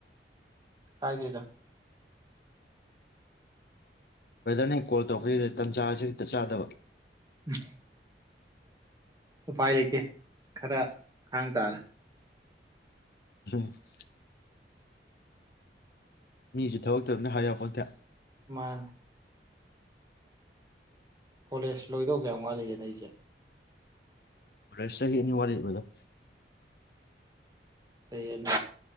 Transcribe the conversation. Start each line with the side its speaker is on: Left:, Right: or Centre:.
Right: ꯀꯥꯏꯗꯦꯗ
Left: ꯕ꯭ꯔꯦꯗꯔꯅꯦ ꯀꯣꯜ ꯇꯧꯛꯄꯁꯤꯗ ꯇꯟꯖꯥꯁꯤ ꯍꯦꯛꯇ ꯆꯥꯗꯕ
Right: ꯎꯝ ꯎꯄꯥꯏ ꯂꯩꯇꯦ ꯈꯔ ꯈꯥꯡ ꯇꯥꯔꯦ
Left: <unintelligible> ꯃꯤꯁꯨ ꯊꯕꯛ ꯇꯧꯅꯤꯅ ꯍꯥꯏ ꯌꯥꯄꯣꯟꯇꯦ
Right: ꯃꯥꯜꯂꯦ ꯀꯣꯂꯦꯖ ꯂꯣꯏꯗꯧ ꯀꯌꯥꯝ ꯋꯥꯠꯂꯤꯒꯦꯅꯦ ꯑꯩꯁꯦ
Left: ꯀꯣꯂꯦꯖ ꯆꯍꯤ ꯑꯅꯤ ꯋꯥꯠꯂꯤ ꯕ꯭ꯔꯗꯔ
Right: ꯆꯍꯤ ꯑꯅꯤ